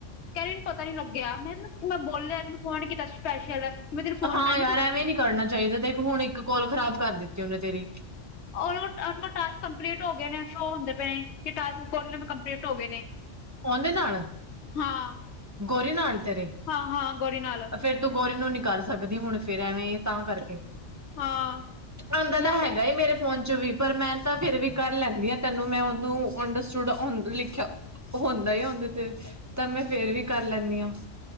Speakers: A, on the left (about 65°); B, on the right (about 15°).
A: ਕੈਰੀ ਮੈਨੂੰ ਪਤਾ ਨੀ ਲੱਗਿਆ, ਮੈਂ ਤੈਨੂੰ ਮੈਂ ਬੋਲਿਐ ਤੈਨੂੰ ਫੋਨ ਕੀਤਾ ਸਪੈਸ਼ਲ। ਮੈਂ ਤੈਨੂੰ ਫੋਨ
B: ਹਾਂ
A: ਕਰਾਂਗੀ
B: ਯਾਰ,
A: ਤੂੰ
B: ਐਵੇਂ ਨੀ ਕਰਨਾ ਚਾਈਦਾ ਦੇਖ ਹੁਣ ਇੱਕ ਕੋਲ ਖ਼ਰਾਬ ਕਰ ਦਿੱਤੀ ਉਨੇ ਤੇਰੀ।
A: ਓਹਨੂ ਓਨੂੰ ਕੋ ਟਾਸਕ ਕੰਪਲੀਟ ਹੋਗੇ ਨੇ ਸ਼ੋ ਹੁੰਦੇ ਪਏਣੇ ਕਿ ਟਾਸਕ ਕੋਲ ਲਿਮੀ ਕੰਪਲੀਟ ਹੋਗੇ ਨੇ।
B: ਓੰਦੇ ਨਾਲ।
A: ਹਾਂ।
B: ਗੋਰੀ ਨਾਲ ਤੇਰੇ।
A: ਹਾਂ ਹਾਂ, ਗੋਰੀ ਨਾਲ।
B: ਫੇਰ ਤੂੰ ਗੋਰੀ ਨੂੰ ਨੀ ਕਰ ਸਕਦੀ ਹੁਣ ਫੇਰ ਐਵੇਂ ਤਾਂ ਕਰਕੇ।
A: ਹਾਂ
B: ਆੰਦਾ ਤਾਂ
A: ਨਾ ਬਸ
B: ਹੈਗਾ ਏ ਮੇਰੇ ਫੋਨ ਚ ਵੀ। ਪਰ ਮੈਂ ਤਾਂ ਫੇਰ ਵੀ ਕਰ ਲੈਂਦੀ ਆਂ ਤੈਨੂੰ ਮੈਂ ਓਨੂੰ ਅੰਡਰਸਟੁਡ ਲਿਖਿਆ ਹੋੰਦਾ ਏ ਓਦੇ ਤੇ ਤਾਂ ਮੈਂ ਫੇਰ ਵੀ ਕਰ ਲੈਂਣੀ ਆਂ।